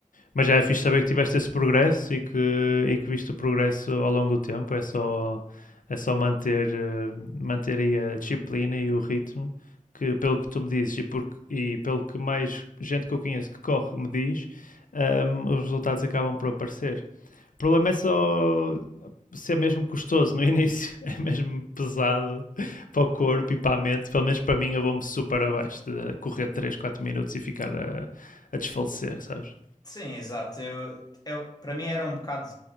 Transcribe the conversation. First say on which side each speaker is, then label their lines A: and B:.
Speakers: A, on the left (about 80°); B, on the left (about 30°).
A: mas já é fixe saber que tiveste esse progresso e que, e que viste o progresso ao longo do tempo. É só, é só manter, uh, manter aí a disciplina e o ritmo, que pelo que tu me dizes e, porque, e pelo que mais gente que eu conheço que corre me diz, um, os resultados acabam por aparecer. O problema é só ser mesmo custoso no <laughs> início, é mesmo pesado para o corpo e para a mente. Pelo menos para mim, eu vou-me super abaixo de correr 3 4 minutos e ficar a, a desfalecer, sabes?
B: Sim, exato. Eu, é- para mim era um bocado